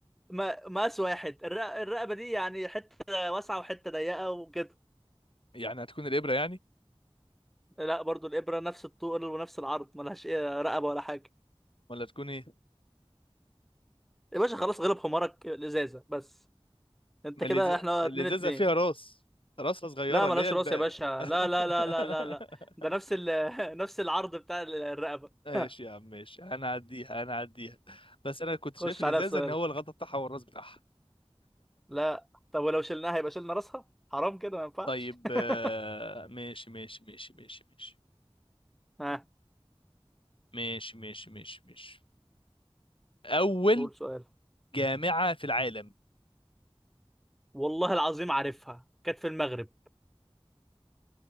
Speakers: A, in the centre; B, on the left.
A: ما مقاس واحد الرق... الرقبة دي يعني حتة واسعة وحتة ضيقة وكده
B: يعني هتكون الابره يعني
A: لا برضو الإبرة نفس الطول ونفس العرض ملهاش إيه رقبة ولا حاجة
B: ولا تكون ايه
A: يا باشا خلاص غلب حمارك الإزازة بس أنت
B: ما
A: كده
B: اللز-
A: إحنا
B: الازازه
A: اتنين اتنين
B: فيها راس راسها صغيره
A: لا
B: اللي
A: ملاش
B: هي الب...
A: راس يا باشا
B: <laughs>
A: لا لا لا لا لا لا ده نفس ال... <laughs> نفس العرض بتاع ال- الرقبة
B: ماشي
A: <laughs>
B: يا عم ماشي هنعديها هنعديها بس انا كنت
A: خش
B: شايف الازازه
A: عليها بسؤال
B: ان هو الغطا بتاعها والراس بتاعها
A: لا طب ولو شلناها يبقى شلنا راسها حرام كده ما ينفعش
B: طيب
A: <laughs>
B: آه، ماشي ماشي ماشي ماشي ماشي
A: ها
B: ماشي ماشي ماشي ماشي اول
A: قول سؤال
B: جامعه في العالم
A: والله العظيم عارفها كانت في المغرب